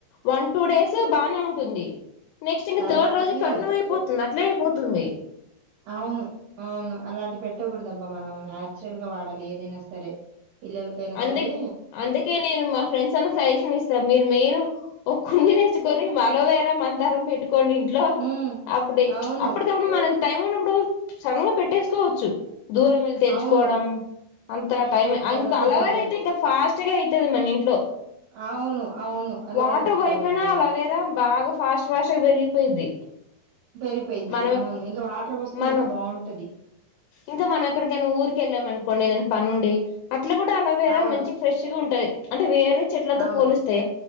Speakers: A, on the left (about 85°); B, on the right (about 70°).
A: వన్ టూ డేస్ బానే ఉంటుంది నెక్స్ట్ ఇంకా
B: తర్వాతకి
A: థర్డ్ రోజు కర్ణం అయిపోతుందా అట్లే అయిపోతుంది
B: అవును అవును అలాంటి పెట్టకూడదు అబ్బా మనం న్యాచురల్ గా వాడాలి ఏదైనా సరే పిల్లలకైనా
A: అందు
B: సరే
A: అందుకే నేను మా ఫ్రెండ్స్ అంత సజెషన్ ఇస్తా మీరు మెయిను ఒక కుండి నేచ్చుకొని అలోవెరా మంత దరం పెట్ కోనీ ఇంట్లో
B: హ్మ్.
A: అప్పుడే
B: అవును.
A: అప్పటికప్పుడు మనం టైం ఉన్నప్పుడు సడన్ గా పెట్టేసుకోవచ్చు దూరం వెళ్ళి తెచ్చుకోవడం
B: అవును.
A: అంత టైం
B: పెట్టడం
A: అన్
B: కుదరదు.
A: అలోవెరాఅయితే ఇంకా ఫాస్ట్ గా అవుతుది మన ఇంట్లో
B: అవును అవును అలాగే
A: వాటర్
B: పెట్టుకోవాలండి
A: పోయిపోయినా అలోవేరా బాగా ఫాస్ట్ ఫాస్ట్గా పెరిగిపోయిద్ది
B: పెరిగిపోయిద్ది
A: మనం
B: అవును ఇంకా వాటర్ వస్తే
A: మనం
B: ఇంకా బాగుంటది
A: ఇంకా మనం ఎక్కడికైనా ఊరిక వెళ్ళామ అనుకోండి ఏదైనా పనిండి అ ఇట్ల కూడా అలోవేరా
B: అవును.
A: మంచి ఫ్రెష్ గా ఉంటుది అంటే వేరే చెట్లతో
B: అవును.
A: పోలిస్తే